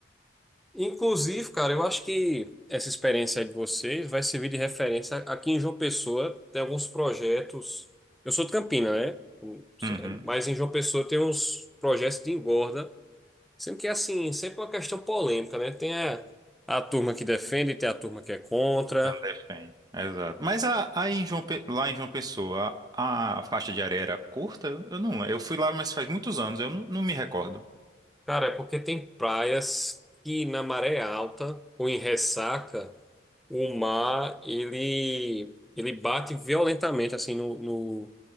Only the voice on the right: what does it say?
Uhum.
Eu não defendo. Exato. Mas a, aí em João Pe- lá em João Pessoa, a, a faixa de areia era curta? Eu não. Eu fui lá, mas faz muitos anos, eu não, não me recordo.